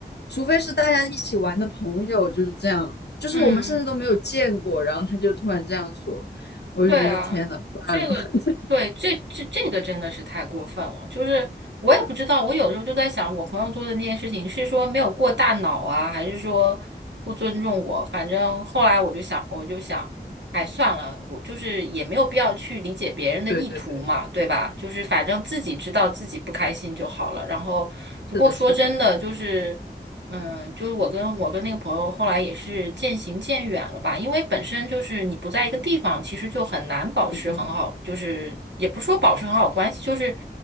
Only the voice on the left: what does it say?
除非是大家一起玩的朋友，就是这样，就是我们甚至都没有见过，
然后他就突然这样说，我就觉得天呐，
算了，<laughs>
对对对，
是的，
是的，
嗯嗯